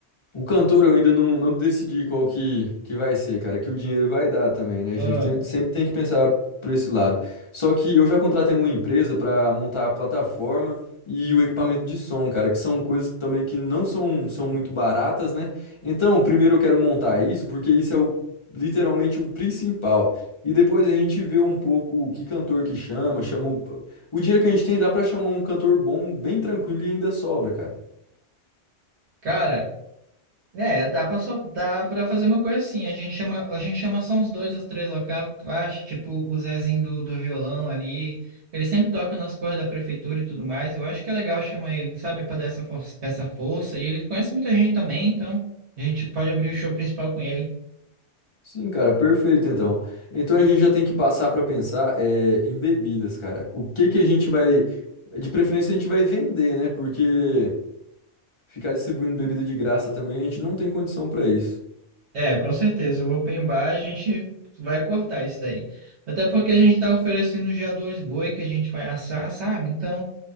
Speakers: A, on the left; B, on the right.
A: O cantor eu ainda não, não decidi qual que, que vai ser, cara, que o dinheiro vai dar também, né? A
B: Ah.
A: gente tem- sempre tem que pensar por esse lado. Só que eu já contratei uma empresa para montar a plataforma e o equipamento de som, cara, que são coisas também que não são, são muito baratas, né? Então, primeiro eu quero montar isso, porque isso é o, literalmente o principal. E depois a gente vê um pouco que cantor que chama, chama o, o dinheiro que a gente tem dá para chamar um cantor bom, bem tranquilo e ainda sobra, cara.
B: Cara. É, dá pra, só, dá pra fazer uma coisa assim. A gente chama, a gente chama só uns dois ou três locais, tu acha? Tipo, o Zezinho do, do violão ali. Ele sempre toca nas cordas da prefeitura e tudo mais. Eu acho que é legal chamar ele, sabe, pra dar essa força, essa força. E ele conhece muita gente também, então a gente pode abrir o show principal com ele.
A: Sim, cara, perfeito então. Então a gente já tem que passar para pensar é, em bebidas, cara. O que que a gente vai, de preferência a gente vai vender, né? Porque ficar distribuindo bebida de graça também a gente não tem condição para isso.
B: É, com certeza. O open bar a gente vai cortar isso daí. Até porque a gente tá oferecendo já dois boi que a gente vai assar, sabe? Então.